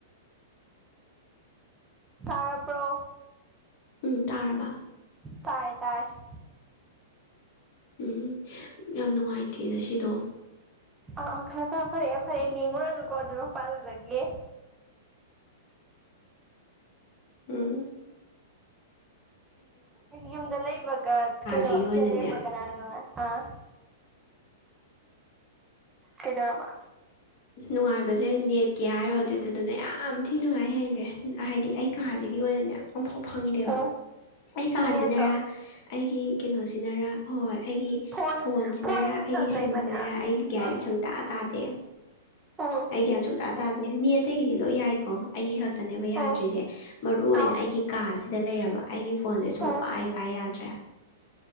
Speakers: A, on the right; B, on the left.
A: ꯇꯥꯔꯕ꯭ꯔꯣ
B: ꯎꯝ ꯇꯥꯔꯕ
A: ꯇꯥꯔꯦ ꯇꯥꯔꯦ
B: ꯎꯝ ꯌꯥꯝ ꯅꯨꯡꯉꯥꯏꯇꯦꯌꯦ ꯉꯥꯁꯤꯗꯣ
A: ꯑꯥ ꯑꯥ ꯈꯔ ꯈꯔ ꯐꯔꯛꯑꯦ ꯐꯔꯛꯑꯦ ꯂꯦꯡꯉꯨꯔꯅꯨꯀꯣ ꯑꯗꯨ ꯃꯄꯥꯗꯨꯗꯒꯤ
B: ꯎꯝ
A: ꯌꯨꯝꯗ ꯂꯩꯕꯒ ꯀꯩꯅꯣ
B: ꯀꯥꯁꯤꯒꯤ
A: ꯁꯤꯗ
B: ꯑꯣꯏꯅꯅꯦ
A: ꯂꯩꯔꯝꯕ ꯀꯅꯥꯅ ꯅꯨꯡꯉꯥꯏ ꯑꯥ ꯀꯩꯗꯧꯔꯕ
B: ꯅꯨꯡꯉꯥꯏꯕꯁꯦ ꯅꯦꯠꯀꯤ ꯍꯥꯏꯔꯨꯔꯗꯤ ꯑꯗꯨꯗꯅ ꯌꯥꯝ ꯊꯤ ꯅꯨꯡꯉꯥꯏ ꯍꯦꯟꯈ꯭ꯔꯦ ꯍꯥꯏꯗꯤ ꯑꯩ ꯑꯩ ꯀꯥꯁꯤꯒꯤ ꯑꯣꯏꯅꯅꯦ ꯑꯃꯝꯐꯥꯎ ꯐꯪꯗꯦꯕ
A: ꯑꯣ
B: ꯑꯩ ꯀꯥꯁꯤꯅꯔꯥ
A: ꯅꯦꯠꯇꯣ
B: ꯑꯩꯒꯤ ꯀꯩꯅꯣꯁꯤꯅꯔꯥ ꯍꯣꯏ ꯑꯩꯒꯤ
A: ꯐꯣꯟ
B: ꯐꯣꯟꯁꯤꯅꯔ
A: ꯐꯣꯟꯁꯨ
B: ꯑꯩꯒꯤ
A: ꯂꯩꯕꯅꯦ
B: ꯁꯤꯝꯁꯤꯅꯔ
A: ꯑꯥ
B: ꯑꯩ ꯒ꯭ꯌꯥꯟ ꯁꯨꯡꯇꯥ ꯇꯥꯗꯦ
A: ꯎꯝ
B: ꯑꯩ ꯒ꯭ꯌꯥꯟ ꯁꯨꯡꯇꯥ ꯇꯥꯗꯦ ꯃꯤ ꯑꯇꯩꯒꯤꯗꯤ ꯂꯣꯏ ꯌꯥꯏꯀꯣ ꯑꯩꯒꯤ ꯈꯛꯇꯅꯦꯕ ꯌꯥꯗ꯭ꯔꯤꯁꯦ
A: ꯎꯝ
B: ꯃꯔꯨꯏ ꯑꯣꯏꯅ
A: ꯑꯥꯎ
B: ꯑꯩꯒꯤ ꯀꯥꯁꯤꯗ ꯂꯩꯔꯕ ꯑꯩꯒꯤ ꯐꯣꯟꯁꯦ ꯁꯨꯡ
A: ꯎꯝ
B: ꯄꯥꯏ ꯄꯥꯏ ꯌꯥꯗ꯭ꯔꯦ